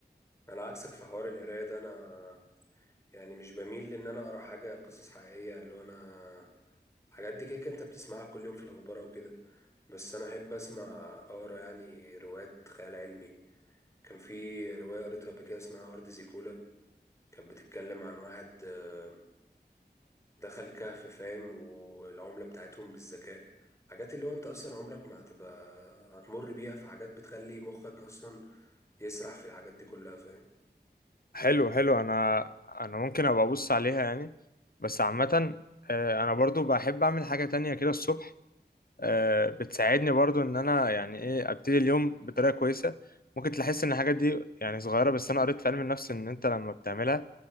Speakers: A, on the left; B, on the left.
A: أنا عكسك في حوار القراية ده أنا يعني مش بميل لإن أنا أقرأ حاجة قصص حقيقية اللي هو أنا حاجات دي كده كده أنت بتسمعها كل يوم في الأخبار أو كده بس أنا أحب أسمع أقرأ يعني روايات خيال علمي كان في رواية قريتها قبل كده اسمها أرض زيكولا كانت بتتكلم عن واحد آه، دخل كهف فاهم والعملة بتاعتهم بالذكاء حاجات اللي هو انت اصلا عمرك ما هتبقى هتمر بيها في حاجات بتخلي مخك اصلا يسرح في الحاجات دي كلها فاهم
B: حلو حلو انا انا ممكن ابقى ابص عليها يعني بس عامة آه، انا برضو بحب اعمل حاجة تانية كده الصبح آه، بتساعدني برضو ان انا يعني ايه ابتدي اليوم بطريقة كويسة ممكن تحس ان الحاجات دي يعني صغيرة بس انا قريت في علم النفس ان انت لما بتعملها